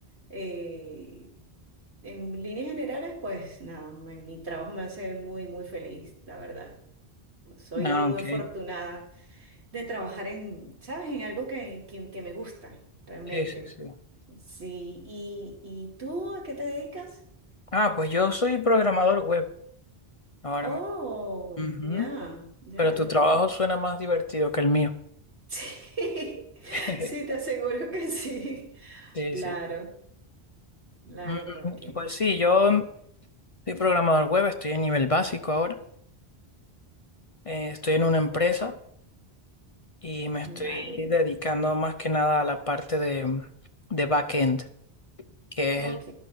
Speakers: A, on the right; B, on the left.
A: eh, en líneas generales, pues nada, me- mi trabajo me hace muy, muy feliz, la verdad. Pues soy
B: Ah,
A: muy
B: ok.
A: afortunada de trabajar en, ¿sabes? En algo que, que, que me gusta, realmente.
B: Sí, sí, sí.
A: Sí, ¿y, y tú a qué te dedicas?
B: Ah, pues yo soy programador web ahora
A: Oh,
B: mismo. Ujú.
A: ya, ya,
B: Pero tu
A: ya,
B: trabajo
A: ya. <laughs>
B: suena más divertido que el mío.
A: Sí,
B: <laughs>
A: sí, te aseguro que sí.
B: Sí,
A: Claro,
B: sí.
A: claro,
B: Mm,
A: porque,
B: Pues sí, yo soy programador web, estoy a nivel básico ahora. Eh, estoy en una empresa y me estoy
A: vale,
B: dedicando más que nada a la parte de, de backend, que
A: ok.
B: es el,